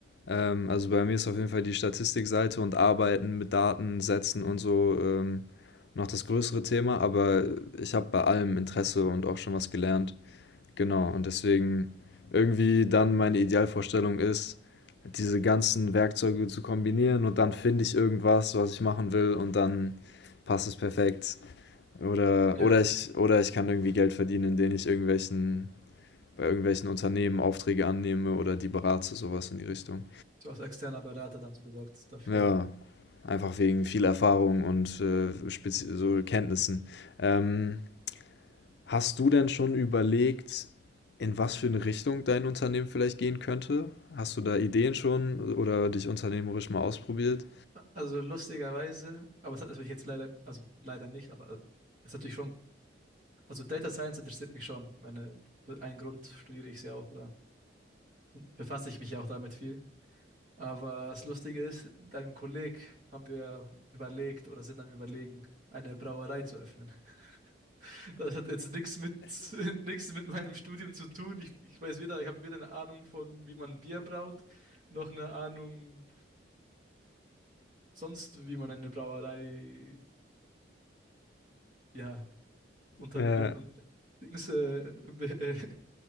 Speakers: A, on the left; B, on the right.
A: Ähm, also bei mir ist auf jeden Fall die Statistikseite und Arbeiten mit Datensätzen und so ähm, noch das größere Thema, aber ich habe bei allem Interesse und auch schon was gelernt. Genau, und deswegen irgendwie dann meine Idealvorstellung ist, diese ganzen Werkzeuge zu kombinieren und dann finde ich irgendwas, was ich machen will und dann passt es perfekt. Oder,
B: Ja,
A: oder ich, oder ich kann irgendwie Geld verdienen, indem ich irgendwelchen bei irgendwelchen Unternehmen Aufträge annehme oder die berate, sowas in die Richtung.
B: so als externer Berater dann so gesagt dafür.
A: Ja, einfach wegen viel Erfahrung und äh, spezi- so Kenntnissen. Ähm, hast du denn schon überlegt, in was für eine Richtung dein Unternehmen vielleicht gehen könnte? Hast du da Ideen schon oder dich unternehmerisch mal ausprobiert?
B: Also lustigerweise, aber es hat natürlich jetzt leider, also leider nicht, aber es hat natürlich schon, also Data Science interessiert mich schon. Ich Meine, für einen Grund studiere ich es ja auch oder befasse ich mich ja auch damit viel. Aber das Lustige ist, mit einem Kolleg haben wir überlegt oder sind am Überlegen, eine Brauerei zu öffnen. <laughs> Das hat jetzt nichts mit, <laughs> nichts mit meinem Studium zu tun. Ich, ich weiß weder, ich habe weder eine Ahnung von, wie man Bier braut, noch eine Ahnung sonst, wie man eine Brauerei ja, Und dann
A: Ja.
B: äh, und Dings, äh, äh,